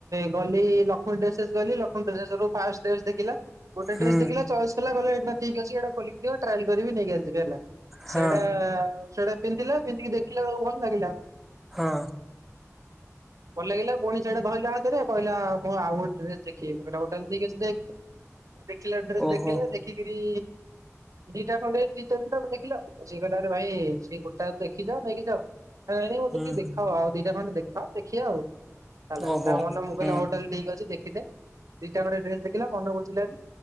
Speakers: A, on the right; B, in the centre.
A: ଗଲି ଲକ୍ଷ୍ମୀ ଡ୍ରେସେସ୍ ଗଲି। ଲକ୍ଷ୍ମି ଡ୍ରେସ ରୁ ଫାଷ୍ଟ ଡ୍ରେସ ଦେଖିଲା। ଗୋଟେ
B: ହୁଁ
A: ଡ୍ରେସ ଦେଖିଲ ଚଏସ୍ ହେଲା, ଗଲେ ଏଇଟା ଠିକ୍ ଅଛି। ଏଟା ଖୋଲିକି ଦିଅ, ଟ୍ରାଏଲ କରି ନେଇକି ଆସେ ହେଲା।
B: ହଁ
A: ସେଇଟା ସେଇଟା ପିନ୍ଧିଲା ପିନ୍ଧିକି ଦେଖିଲା ବେଳକୁ ଭଲ ଲାଗିଲା।
B: ହଁ
A: ଭଲ ଲାଗିଲା। ପୁଣି ସେଆଟା ଧଇଲା ହାତରେ କହିଲା, ମୁଁ ଆଉ ଗୋଟେ ଡ୍ରେସ୍ ଚେକ୍ <unintelligible> କହିଲା, ଟୋଟାଲି ଠିକ୍ ଅଛି, ଦେଖ୍। ଦେଖିଲା ଡ୍ରେସ୍
B: ଓହୋ
A: ଦେଖିଲା, ଦେଖିକିରି ଦିଟା ଖଣ୍ଡେ ଦି ତିନି ଟା ଦେଖିଲା। ସେଇ କହିଲା, ଆରେ ଭାଇ, ସେଇ ଗୋଟା ଦେଖିଛ, ନେଇକି ଯାଅ। ନାଇଁ, ମୋତେ
B: ହୁଁ
A: ଟିକେ
B: ହୁଁ
A: ଦେଖ, ଆଉ ଦିଟା ଖଣ୍ଡେ ଦେଖାଅ, ଦେଖିବା। ଆଉ ହେଲା,
B: ଓହୋ
A: ତା ମନେ ତା ମୁଁ
B: ହୁଁ।
A: ଟୋଟାଲ୍ ଠିକ୍ ଅଛି, ଦେଖିେଦେ। ଦିଟା ଖଣ୍ଡେ ଡ୍ରେସ୍ ଦେଖିଲା, ମନ ବୁଝିଲାନି।